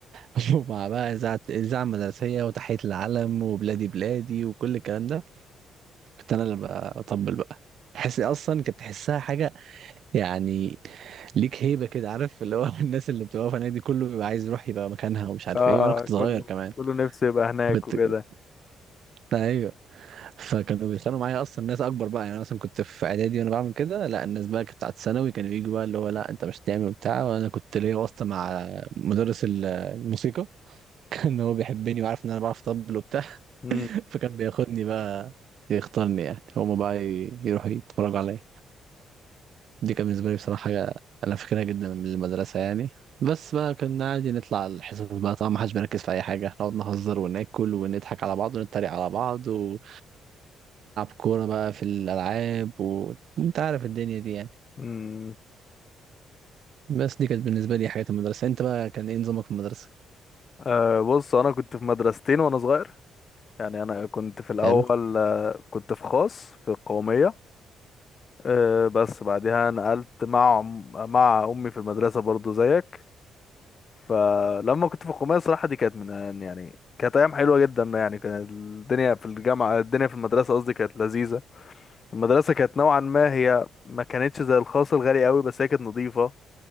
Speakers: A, on the right (about 65°); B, on the left (about 40°).
A: <laughs> ومع بقى إذاعة إذاعة مدرسية وتحية العلم وبلادي بلادي وكل الكلام ده كنت أنا اللي بطبل بقى تحس أصلا كنت تحسها حاجة يعني ليك هيبة كده عارف اللي هو <laughs> الناس اللي بتبقى في النادي كله بيبقى عايز يروح يبقى مكانها ومش عارف
B: اه
A: إيه وأنا كنت صغير
B: كله
A: كمان
B: كله نفسه يبقى هناك
A: فكنت
B: وكده
A: <laughs> أيوه فكانوا بيتخانقوا معايا أصلا ناس أكبر بقى يعني أنا مثلا كنت في إعدادي وأنا بعمل كده لا الناس بقى كانت بتاعت ثانوي كانوا ييجوا بقى اللي هو لا أنت مش هتعمل وبتاع وأنا كنت ليا واسطة مع مدرس الموسيقى <laughs> ان هو بيحبني وعارف ان انا بعرف اطبل وبتاع <laughs>
B: امم
A: فكان بياخدني بقى يختارني يعني هما بقى ي- يروحوا يتفرجوا عليا دي كان بالنسبة لي بصراحة حاجة أنا فاكرها جدا من المدرسة يعني بس بقى كنا عادي نطلع الحصص بقى طبعا ما حدش بيركز في أي حاجة نقعد نهزر وناكل ونضحك على بعض ونتريق على بعض ونلعب كورة بقى في الألعاب وأنت عارف الدنيا دي يعني
B: امم
A: بس دي كانت بالنسبة لي حاجات المدرسة أنت بقى كان إيه نظامك في المدرسة؟
B: آه بص انا كنت في مدرستين وانا صغير يعني انا كنت في الاول
A: حلو
B: آه، كنت في خاص في القوميه آه بس بعدها نقلت مع عم- مع امي في المدرسه برضو زيك فلما كنت في القوميه صراحه دي كانت من يعني كانت ايام حلوه جدا يعني كانت الدنيا في الجامعه الدنيا في المدرسه قصدي كانت لذيذه المدرسه كانت نوعا ما هي ما كانتش زي الخاص الغالي قوي بس هي كانت نظيفه